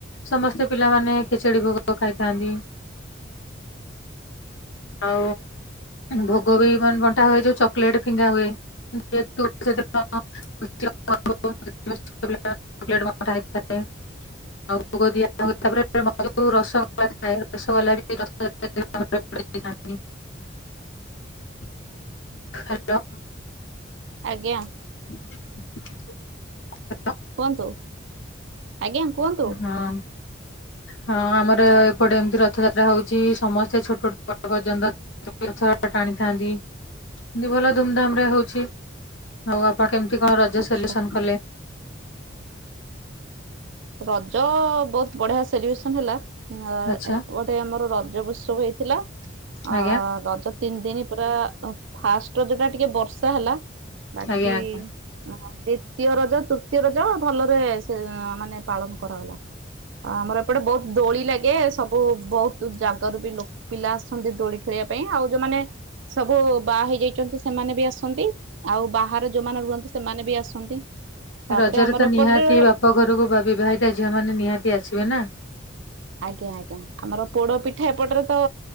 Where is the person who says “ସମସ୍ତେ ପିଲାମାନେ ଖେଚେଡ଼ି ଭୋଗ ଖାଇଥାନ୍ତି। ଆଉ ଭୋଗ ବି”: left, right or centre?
Left